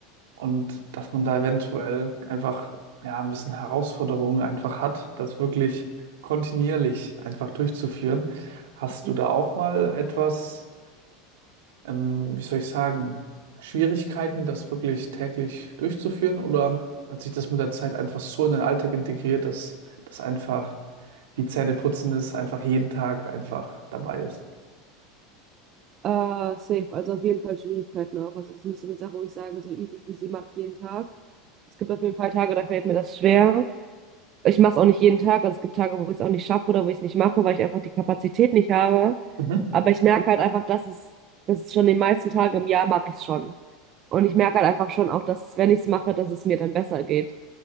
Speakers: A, on the right (about 80°); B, on the right (about 40°).
A: und dass man da eventuell einfach ja ein bisschen Herausforderungen einfach hat, das wirklich kontinuierlich einfach durchzuführen. Hast
B: Mhm.
A: du da auch mal etwas, ähm, wie soll ich sagen, Schwierigkeiten, das wirklich täglich durchzuführen? Oder hat sich das mit der Zeit einfach so in den Alltag integriert, dass das einfach wie Zähneputzen ist, einfach jeden Tag einfach dabei ist?
B: Äh, safe, also auf jeden Fall Schwierigkeiten auch. Also es ist nicht so eine Sache, wo ich sage, so easy peasy mache ich jeden Tag. Es gibt auf jeden Fall Tage, da fällt mir das schwer. Ich mache es auch nicht jeden Tag. Also es gibt Tage, wo ich es auch nicht schaffe oder wo ich es nicht mache, weil ich einfach die Kapazität nicht habe.
A: Mhm.
B: Aber ich merke halt einfach, dass es, dass es schon den meisten Tagen im Jahr mache ich es schon. Und ich merke halt einfach schon auch, dass wenn ich es mache, dass es mir dann besser geht.